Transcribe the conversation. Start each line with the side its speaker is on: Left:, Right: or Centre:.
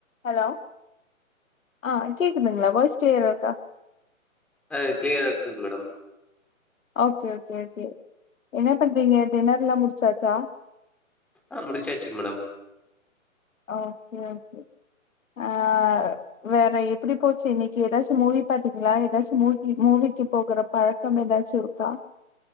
Left: Hello ஆ கேக்குதுங்ளா voice கிளியரருக்கா
Centre: அ கிளியரா இருக்குங் மேடம்
Left: ஓகே ஓகே ஓகே என்ன பண்றீங்க டின்னர்லா முடிச்சாச்சா
Centre: ஆஹ் முடிச்சாச்சுங் மேடம்
Left: அ ஓகே ஓகே ஆ வேற எப்பிடி போச்சு இன்னிக்கி எதாச்சு மூவி பாத்தீங்ளா எதாச்சு மூவி மூவிக்கு போகற பழக்கம் எதாச்சு இருக்கா